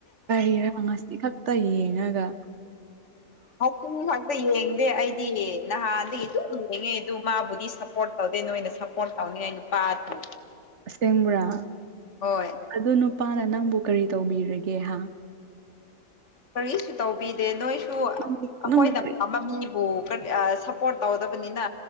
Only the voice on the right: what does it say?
<unintelligible> ꯢꯊꯥꯟꯇ ꯌꯦꯡꯉꯑꯒ
ꯑꯁꯦꯡꯕ꯭ꯔꯥ
ꯑꯗꯨ ꯅꯨꯄꯥꯅ ꯅꯪꯕꯨ ꯀꯔꯤ ꯇꯧꯕꯤꯔꯒꯦ ꯍꯥ
ꯅꯪꯗꯤ
ꯅꯪꯕꯨ ꯀꯔꯤ